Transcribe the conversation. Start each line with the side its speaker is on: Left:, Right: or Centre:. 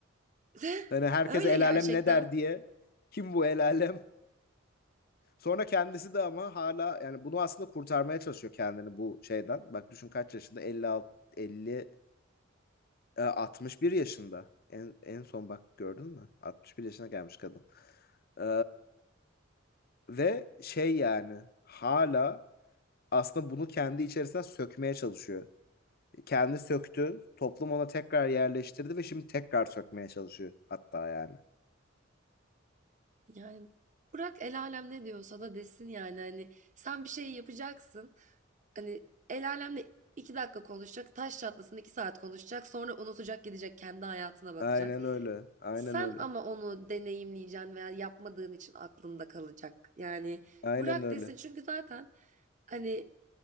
Right: <laughs>
Left: Hani herkese
Right: Öyle
Left: el
Right: gerçekten.
Left: alem ne der diye. Kim bu el alem? Sonra kendisi de ama hala yani bunu aslında kurtarmaya çalışıyor kendini bu şeyden. Bak düşün kaç yaşında? elli altı elli E, 61 yaşında. En, en son bak gördün mü? 61 yaşına gelmiş kadın. Ee, ve şey yani hala aslında bunu kendi içerisinden sökmeye çalışıyor. Kendi söktü, toplum ona tekrar yerleştirdi ve şimdi tekrar sökmeye çalışıyor hatta yani.
Right: Yani bırak el alem ne diyorsa da desin yani hani sen bir şey yapacaksın. Hani el alemle iki dakika konuşacak, taş çatlasın iki saat konuşacak, sonra unutacak gidecek kendi hayatına bakacak.
Left: Aynen öyle. Aynen
Right: Sen
Left: öyle.
Right: ama onu deneyimleyeceksin veya yapmadığın için aklında kalacak. Yani
Left: Aynen
Right: bırak
Left: öyle.
Right: desin çünkü zaten hani